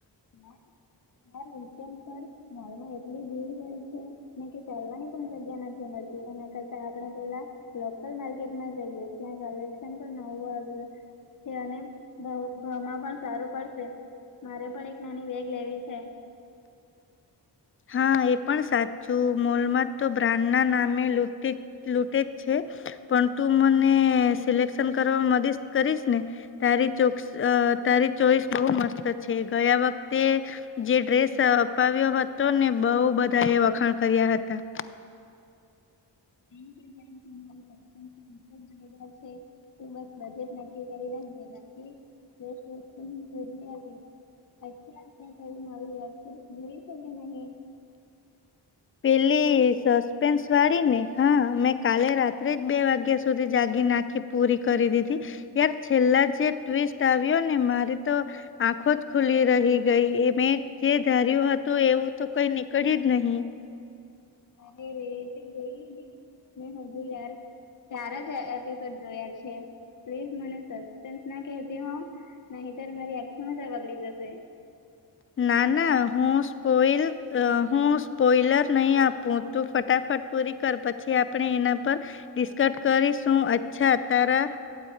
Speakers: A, on the left; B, on the left.
A: હમ <unintelligible> મોલમાં એટલી ભીડ હોય છે, ને કે ચાલવાની પણ જગ્યા નથી અમારી. એના કરતા આપણે પેલા લોકલ માર્કેટમાં જઈએ ત્યાં કલેક્શન પણ નવું આવ્યું. છે, અને ભ ભાવમાં પણ સારું પડશે મારે પણ એક. નાની બેગ લેવી છે.
B: હા એ પણ સાચું મોલમાં તો બ્રાન્ડ ના નામે લૂટે લૂટેજ છે. પણ તું મને સિલેક્શન કરવા <unintelligible> કરીશ ને તારી <unintelligible> તારી ચોઈસ બહુ મસ્ત છે, ગયા વખતે જે ડ્રેસ અપાવ્યો હતો. તો ને બહુ બધા એ વખાણ કર્યા હતા.
A: <inaudible> જો છે, <inaudible> બસ વસ્તુ <unintelligible> આવે. અચ્છા <unintelligible>
B: પેલી સસ્પેન્સ વાળી ને હા મેં કાલે રાત્રે જ બે વાગ્યા સુધી જાગીને. ખી પૂરી કરી દીધી યાર છેલ્લા જે <unintelligible> આવ્યો ને મારી તો આખો. આખોજ ખુલ્લી રહી ગઈ એ મેં જે ધાર્યું હતું એવું તો કઈ નીકળ્યું જ <unintelligible>
A: અરે રે તે જોઈ લીધી મેં હજુ યાર. ચાર જ એપિસોડ જોયા છે. પ્લીઝ મને સસ્પેન્સ ના <unintelligible> હો નધર મારી આખી મજા બગડી જશે.
B: ના ના હું સ્પોલ હું સ્પોઇલર નહી આપું તું ફટ. ફટાફટ પૂરી કર પછી આપણે એના પર ડિસ્કટ કરીશું અચ્છા તારા.